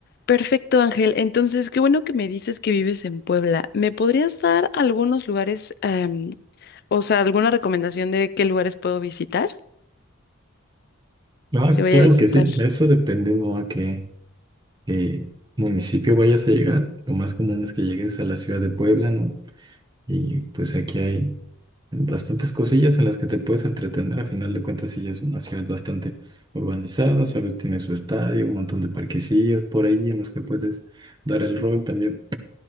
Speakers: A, on the left; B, on the right.
A: Perfecto, Ángel. Entonces, qué bueno que me dices que vives en Puebla. ¿Me podrías dar algunos lugares, em, o sea, alguna recomendación de qué lugares puedo visitar?
B: Ah,
A: Si voy
B: claro
A: a visitar
B: que sí, eso dependiendo a qué, qué municipio vayas a llegar. Lo más común es que llegues a la ciudad de Puebla, ¿no? Y pues aquí hay bastantes cosillas en las que te puedes entretener. A final de cuentas, sí es una ciudad bastante urbanizada, ¿sabes? Tiene su estadio, un montón de parquecillos por ahí en los que puedes dar el rol también.